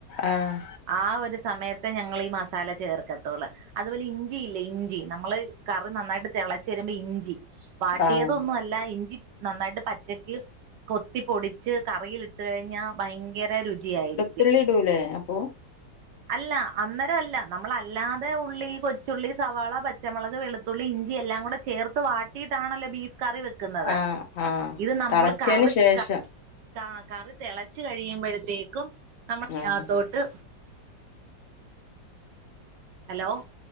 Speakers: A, on the left; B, on the right.
A: ആഹ്
B: ആ ഒരു സമയത്ത് ഞങ്ങൾ ഈ മസാല ചേർക്കത്തുള്ളൂ അതുപോലെ ഇഞ്ചി ഇല്ലേ ഇഞ്ചി നമ്മള് കറി നന്നായിട്ട് തിളച്ചരു ഇഞ്ചി വാട്ടിയതൊന്നും
A: ആഹ്
B: അല്ല ഇഞ്ചി നന്നായിട്ട് പച്ചക്ക് കൊത്തി പൊടിച്ച് കറീൽ ഇട്ട കഴിഞ്ഞാ ഭയങ്കര ല്ലരുചിയായിരിക്കും
A: തുള്ളിടുല്ലേ അപ്പൊ
B: അല്ല അന്നേരം അല്ല നമ്മള അല്ലാതെ ഉള്ളി കൊച്ചുള്ളി സവാള പച്ചമുളക് വെളുത്തുള്ളി ഇ ഇഞ്ചി എല്ലാം കൂടെ ചേർത്ത് വാട്ടിയിട്ടാതാണല്ലോ ബീഫ് കറി വെക്കുന്നത്
A: ആഹ് ആഹ്
B: ഇത് നമ്മൾ
A: തളച്ചേന്
B: കറി
A: ശേഷം
B: ക കാ കറി തിളച്ചു കഴിയുമ്പോഴത്തേക്കും നമ്മൾ അതിനകത്തോട്ട്
A: ആഹ്
B: ഹലോ